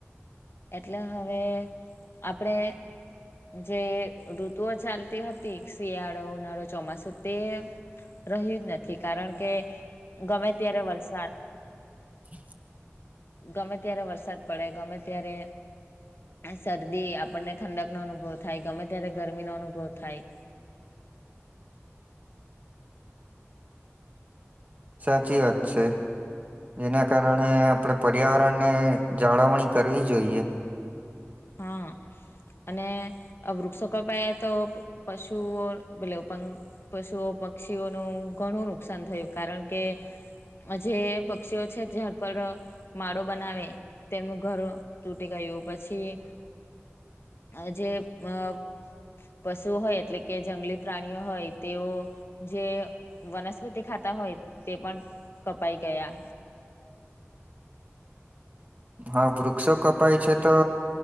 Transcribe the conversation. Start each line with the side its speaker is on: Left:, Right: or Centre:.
Left: એટલે હવે આપડે જે ઋતુઓ ચાલતી હતી, શિયાળો, ઉનાળો, ચોમાસું તે રહ્યું જ નથી, કારણ કે ગમે ત્યારે વરસાદ
Right: <inaudible>
Left: ગમે ત્યારે વરસાદ પડે ગમે ત્યારે આ શરદી આપણને ઠંડક નો અનુભવ થાય, ગમે ત્યારે ગરમીનો અનુભવ થાય.
Right: સાચી વાત છે. જેના કારણે આપડે પર્યાવરણને જાળવણી કરવી જોઈએ.
Left: હા. અને આ વૃક્ષો કપાએ તો પશુઓ પેલો <unintelligible> પશુઓ પક્ષીઓનું ઘણું નુકસાન થયું કારણ કે જે પક્ષીઓ છે ઝાડ પર માળો બનાવે. તેમનું ઘર તૂટી ગયું પછી અ જે મ પશુ હોય એટલે કે જંગલી પ્રાણીઓ હોય તેઓ જે વનસ્પતિ ખાતા હોય તે પણ કપાઈ ગયા.
Right: હા. વૃક્ષો કપાય છે તો